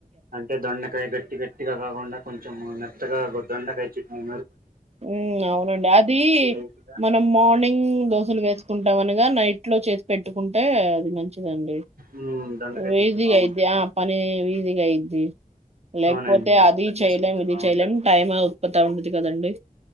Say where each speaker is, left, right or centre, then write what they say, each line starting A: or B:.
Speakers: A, on the right; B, on the right.
A: అంటే దొండకాయ గట్టి గట్టిగా కాకుండా కొంచె మెత్తగా గొద్దండయి చికు
B: ఉ అవునండి అది
A: లైట్ గా
B: మనం మార్నింగ్ దోశలు వేసుకుంటాం అనగా నైట్ ఇట్లో చేసి పెట్టుకుంటే అది మంచిదండి
A: ఉమ్ దొండకాయ
B: వజగా
A: చట్నీ బాగుంటది
B: అది ఆ పని వజ అయింది లేకపోతే
A: అవునండి
B: అది
A: అట్లా చేసుకుంటే
B: చెయలేం ఇది
A: బాగుంటది
B: చెయలేం టైం ఉత్పత్తి ఉంటది కదండి